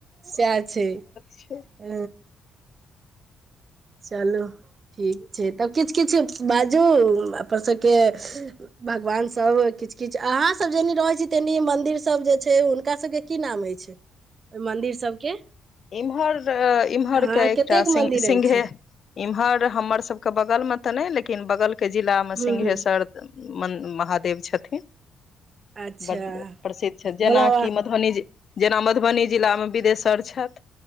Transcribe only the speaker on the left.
छै
इमहर इमहरके
एकटाि
सिंघ
सिंघे
इम्हर हमरसभके बगलमे तऽ नहि लेकिन बगलके जिलामे
सिंघेश्वर
म महादेव छथिन
बड प्रसिद्ध छै
जेनाकि मधुबनी जे जेना मधुबनी जिलामे बिदेशर छथि